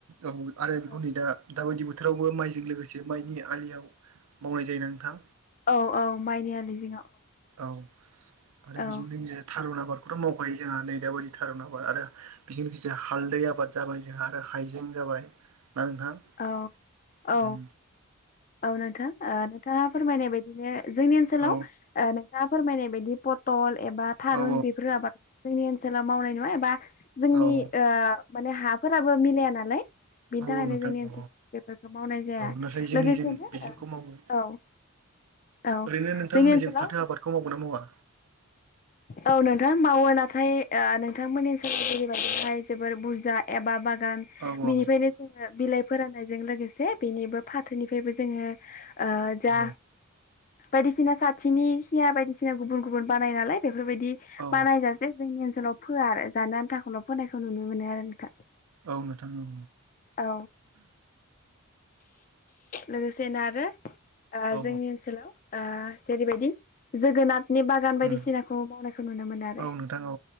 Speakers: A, on the right; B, on the left.
A: औ आरो बेखौ
B: औ
A: नै दा दाबायदि बोथोरावबो माइजों लोगोसे माइनि आलियाव मावनाय जायो नोंथां
B: औ औ माइनि आलि जिङाव
A: औ आरो बेजों
B: औ
A: लोगोसे थारुन आबार बेथ' मावखायो जोंहा नै दा बायदि थारुन आबाद आरो बेजों लोगोसे हालदै आबाद जाबाय जोंहा हाइजें जाबा जाबाय दा नोंथां ओम
B: औ औ औ नोंथां नोंथाङा फोरमायनाय बदिनो जोंनि ओनसोलाव
A: औ
B: दा फोरमायनाय बायदि पटल एबा थारुन
A: औ
B: बेफोर आबाद जोंनि ओनसोलाव मावनाय नुआ एबा जोंनि
A: औ औ
B: ओ माने हाफोराबो मिलाया नालाय बिनि
A: औ
B: थाखायनो
A: नोंथां
B: जोंनि
A: औ
B: ओ बेफोरखौ मावनाय जाया
A: औ नाथाय जोंनि
B: लोगोसेनो
A: जों बेजोंखौ मावो
B: ओ औ। औ
A: ओरैनो नोंथांमोननिजों
B: जोंनि ओनसोलाव
A: फाथो आबादखौ मावगोन ना मावा
B: औ नोंथां मावो नाथाय ओ नोंथांमोननि ओनसोलनि जरैबायदिहाय जोबोर बुरजा एबा बा गान
A: औ औ
B: बिनिफ्रायनो जोङो बिलाइ फोराननायजों लोगोसे बेनिबो फाथोनिफ्रायबो जोङो ओ जा
A: औ
B: बायदिसिना साथिनि खिया बायदिसिना गुबुन गुबुन बानाय नालाय बे बेफोरबायदि
A: औ
B: बानायजासे जोंनि ओनसोलाव फोआ आरो जानो आन्थाखौल' फोनायखौ नुनो मोनो आरो नोंथां
A: औ नोंथाङ औ!
B: औ लोगोसेनो आरो ओ
A: औ
B: जोंनि ओनसोलाव जेरैबायदि जोगोनाथनि बागान बायदिसिनाखौ
A: उम
B: मावनायखौ नुनो मोनो आरो
A: औ नोंथां औ